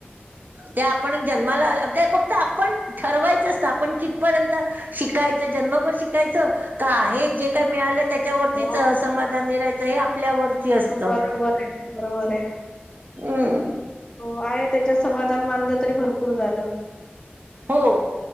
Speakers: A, on the right; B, on the left.
A: ते आपण ही जन्माला ते फक्त आपण ठरवायचंच असतं आपण कित पर्यंतं शिकायचं जन्मभर शिकायचं का आहे जे काय मिळालं त्या त्यावर्तीच
B: हो
A: समाधानि राहायचं हे आपल्यावरती असतं.
B: बरोबर आहे, बरोबर आहे.
A: उम्म.
B: हो आहे त्याच्यात समाधान मानलं तरी भरपूर झालं.
A: हो.